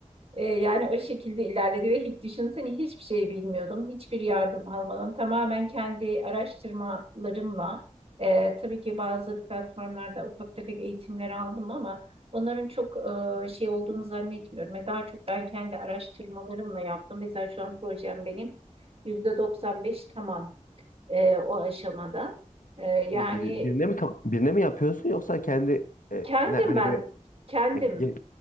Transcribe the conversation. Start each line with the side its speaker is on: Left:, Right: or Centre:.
Right: E, yani o şekilde ilerledi ve hiç düşünsene hiçbir şey bilmiyordum. Hiçbir yardım almadan tamamen kendi araştırmalarımla e, tabii ki bazı platformlarda ufak tefek eğitimler aldım ama onların çok e, şey olduğunu zannetmiyorum. Ve Daha çok ben kendi araştırmalarımla yaptım. Mesela şu an projem benim %95 tamam e, o aşamada. E, yani
Left: Bunu biri, birine mi tam- birine mi yapıyorsun yoksa kendi e,
Right: kendim
Left: ne, hani
Right: ben
Left: böyle
Right: kendim
Left: e, ge-